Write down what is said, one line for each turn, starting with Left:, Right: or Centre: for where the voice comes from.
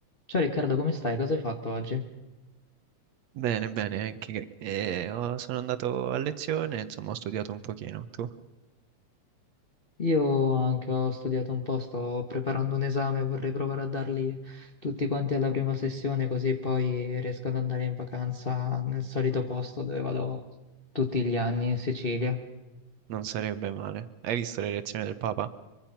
Left: Ciao Riccardo, come stai? Cosa hai fatto oggi?
Right: Bene, bene, anche gre- eh, ho- sono andato a lezione, insomma ho studiato un pochino, tu?
Left: Io anche ho studiato un po', sto preparando un esame, vorrei provare a darli tutti quanti alla prima sessione, così poi riesco ad andare in vacanza nel solito posto dove vado tutti gli anni in Sicilia.
Right: Non sarebbe male. Hai visto le lezioni del Papa?